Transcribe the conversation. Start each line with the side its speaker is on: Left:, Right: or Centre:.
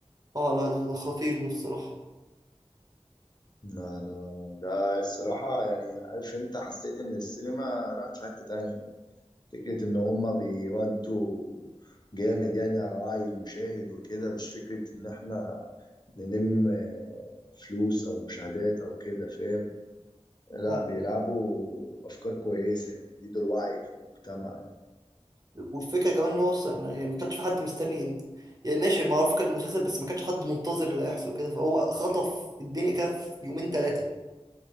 Right: اه لا ده ده خطير ده الصراحة
Left: لا لا ده الصراحة يعني عارف انت حسيت ان السينما راحت في حتة تانية فكرة إن هما بيودوا جامد يعني على وعي المشاهد وكده مش فكرة إن إحنا نلم آه، فلوس أو مشاهدات أو كده فاهم لا
Right: مم.
Left: بيلعبوا أفكار كويسة يعني يزيدوا الوعي في المجتمع
Right: والفكره كمان ان هو اصلا يعني ما كانش في حد مستني ان يعني ماشي معروف كان المسلسل بس ما كانش حد منتظر اللي هيحصل كده فهو خطف الدنيا كده في يومين ثلاثه